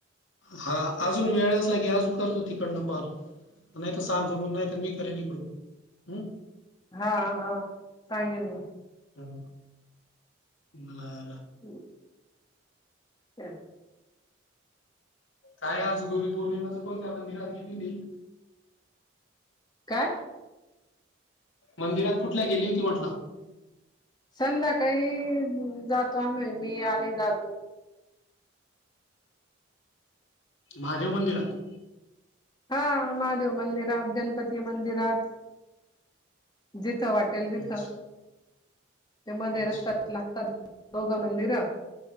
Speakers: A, on the left (about 75°); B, on the left (about 20°).
A: हा अजून वेळ आसला की आजू करतो तिकडन कॉल. नाही त सांग तो मग नाही तर मी करेल इकडून, हम्.
B: हा हा सांगेन मी.
A: हां, बर.
B: <inaudible> <inaudible>
A: काय आज गुरुपौर्णिमाचं कोणत्या मंदिरात गेली नाही?
B: काय?
A: मंदिरात कुठल्या गेली होती म्हटलं?
B: संध्याकाळी जातो आम्ही मी आणि दादू.
A: महादेव मंदिरात?
B: हा महादेव मंदिरात, गणपती मंदिरात जिथे वाटेल तिथ.
A: अच्छा
B: ते मध्ये
A: अच्छा
B: रस्त्यात लागतात दोघ मंदिर